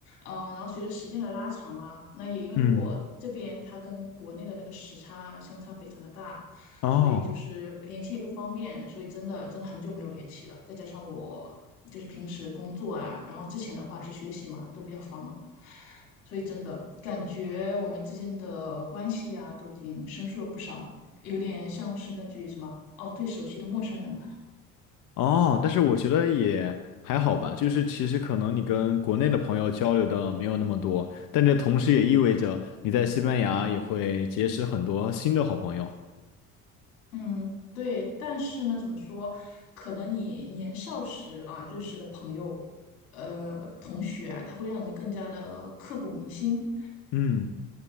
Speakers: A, on the left (about 75°); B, on the left (about 45°).
A: 嗯、然后随着时间的拉长嘛，那也因为我这边它跟国内的那个时差相差非常的大，
B: 嗯，哦
A: 所以就是联系也不方便，所以真的真的很久没有联系了。再加上我就是平时工作啊，然后之前的话是学习嘛，都比较繁忙，所以真的感觉我们之间的关系啊，都已经生疏了不少，有点像是那句什么哦，最熟悉的陌生人吧。
B: 哦，但是我觉得也还好吧，就是其实可能你跟国内的朋友交流的没有那么多，但这同时也意味着你在西班牙也会结识很多新的好朋友。
A: 嗯，对，但是呢，怎么说？可能你年少时啊认识的朋友，呃，同学啊，他会让你更加的刻骨铭心。
B: 嗯，